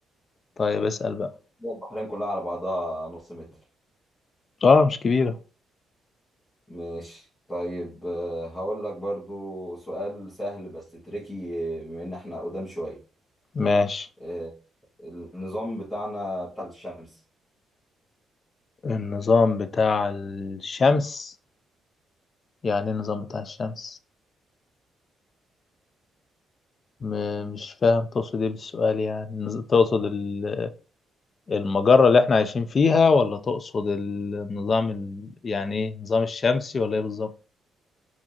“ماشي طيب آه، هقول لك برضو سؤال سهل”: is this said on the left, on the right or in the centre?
Left